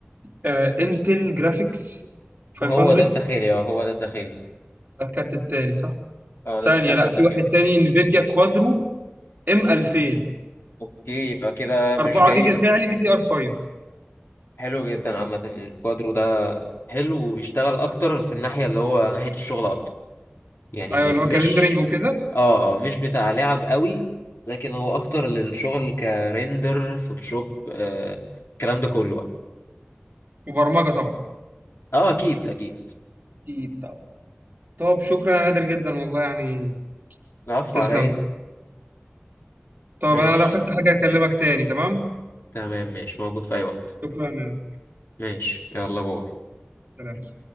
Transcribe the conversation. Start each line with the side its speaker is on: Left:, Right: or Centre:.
Right: آه انتل جرافيكس 500
Left: وهو ده الداخلي اه هو ده الداخلي
Right: ده الكارت التاني صح
Left: اه ده
Right: ثانيه
Left: الكارت
Right: لا
Left: الداخلي
Right: في واحد تاني انفيديا كوادرو ام 2000
Left: اوكي يبقى كده مش
Right: 4
Left: جاي
Right: جيجا فعلي دي دي ار 5
Left: حلو جدا عامة الكوادرو ده حلو وبيشتغل أكتر في الناحية اللي هو ناحية الشغل أكتر يعني
Right: ايوه اللي
Left: مش
Right: هو كرندرنج وكده
Left: آه آه مش بتاع لعب قوي لكن هو أكتر للشغل كريندر فوتوشوب آه الكلام ده كله بقى
Right: وبرمجه طبعا
Left: آه أكيد أكيد
Right: اكيد طبعا طب شكرا يا نادر جدا والله يعني
Left: العفو
Right: تسلم
Left: عليا
Right: طب
Left: ماشي
Right: انا لو احتجت حاجه اكلمك تاني تمام
Left: تمام ماشي موجود في أي وقت
Right: شكرا يا نادر.
Left: ماشي يلا باي
Right: سلام